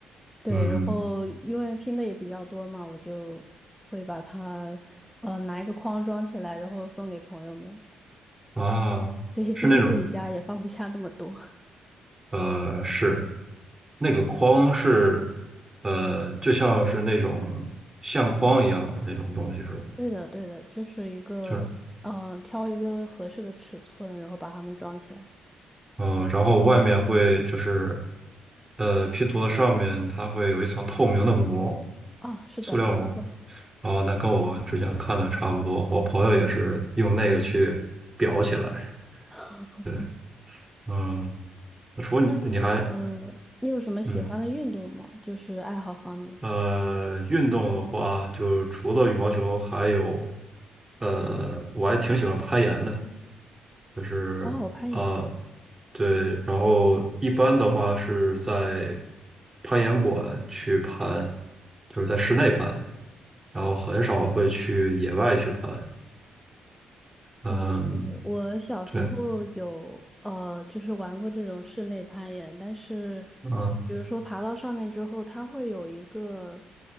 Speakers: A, in the centre; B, on the right.
A: 对，
B: 嗯
A: 然后因为拼的也比较多嘛，我就会把它，呃，拿一个框装起来，然后送给朋友们。
B: 啊，
A: 对，
B: 是那种
A: 毕竟自己家也放不下那么多。<laughs>
B: 呃是。那个框是，呃，就像是那种相框一样的那种东西是吧？
A: 对的，对的，就是一个，
B: 就是，
A: 嗯、挑一个合适的尺寸，然后把它们装起来。
B: 嗯、然后外面会就是，呃，拼图的上面它会有一层透明的膜，
A: 啊，是的，
B: 塑料膜。
A: 没错。
B: 啊，那跟我之前看的差不多，我朋友也是用那个去裱起来。
A: <laughs>
B: 对，嗯，除了你，
A: 那你，
B: 你还，
A: 呃，你有什么喜欢的运动吗？
B: 嗯。
A: 就是爱好方面。
B: 呃，运动的话，就除了羽毛球，还有，呃，我还挺喜欢攀岩的，就是啊，
A: 哦，攀岩。
B: 对，然后一般的话是在攀岩馆去攀，就是在室内攀，然后很少会去野外去攀。嗯，
A: 哇塞！我小时候有呃，
B: 对，
A: 就是玩过这种室内攀岩，但是，
B: 嗯
A: 比如说爬到上面之后，它会有一个